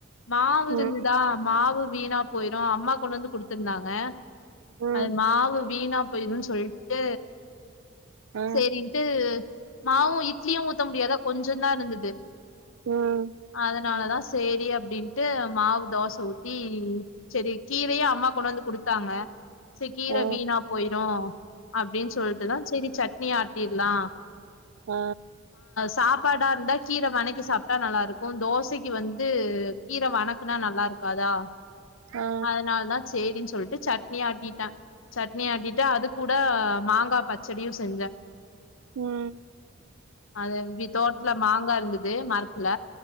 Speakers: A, on the left (about 70°); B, on the right (about 80°).
A: மாவு
B: ம்.
A: இருந்துதா மாவு வீணா போயிரு அம்மா கொண்டு வந்து குடுத்திருந்தாங்க
B: ம்.
A: அது மாவு வீணாப் போய்ரும்ன் சொல்ட்டு
B: ஆ.
A: செரின்ட்டு மாவு இட்லியு ஊத்த முடியாத கொஞ்சந்தா இருந்தது
B: ம்.
A: அதனாலதா செரி அப்டின்ட்டு மாவு தோசை ஊத்தி செரி கீரையு அம்மா கொண்டு வந்து குடுத்தாங்க ச கீரை
B: ஓ.
A: வீணா போயிரு அப்டின்னு சொல்ட்டுதா செரி சட்னி ஆட்டிடலா
B: ஆ
A: சாப்பாட இருந்தா கீர வணக்கி சாப்ட்டா நல்லாருக்கு தோசைக்கு வந்து கீர வணக்குனா நல்லாருக் இருக்காதா
B: ஆ.
A: அதனால தா சேரினு சொல்லிட்டு சட்னி ஆட்டிட்டே சட்னி ஆட்டிட்டா அது கூட மாங்கா பச்சடியு செஞ்சே
B: ம்.
A: அது அப்டி தோட்டத்ல மாங்கா இருந்தது மர ல